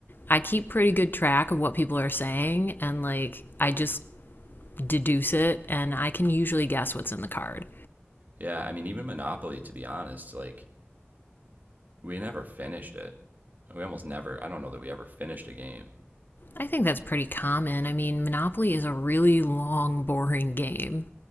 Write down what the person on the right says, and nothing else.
Yeah, I mean even Monopoly to be honest, like we never finished it. We almost never. I don't know that we ever finished a game.